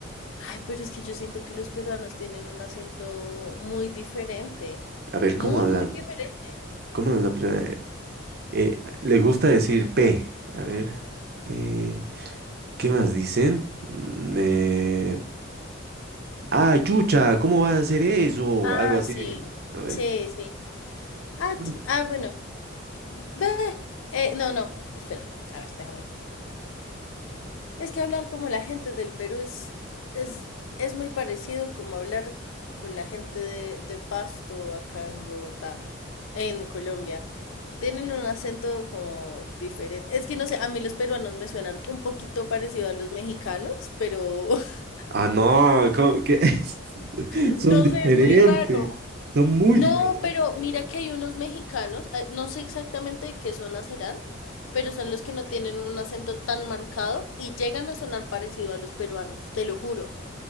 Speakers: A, on the left; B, on the right.
A: ay, pero es que yo siento que los peruanos tienen un acento muy diferente.
B: A ver,
A: Muy,
B: ¿cómo hablan?
A: muy diferente.
B: ¿Cómo hablan la primera? Eh, les gusta decir P. A ver, eh, ¿qué más dicen? Mm, eh, ah, chucha, ¿cómo vas a hacer eso?
A: Ah,
B: Algo así,
A: sí.
B: a ver.
A: Sí, sí. Ah,
B: Mm.
A: ch- ah, bueno. ve- eh, no, no. Espera. A ver, déjame. Es que hablar como la gente del Perú es, es, es muy parecido como hablar con la gente de, de Pasto acá en Bogotá, en Colombia. Tienen un acento como diferente. Es que no sé, a mí los peruanos me suenan un poquito parecido a los mexicanos, pero <laughs>
B: Ah, no, ¿cómo, qué? <laughs>
A: no
B: Son diferentes,
A: sé, es muy raro.
B: son muy
A: No,
B: diferentes.
A: pero mira que hay unos mexicanos, eh, no sé exactamente de qué zona serán, pero son los que no tienen un acento tan marcado y llegan a sonar parecido a los peruanos, te lo juro.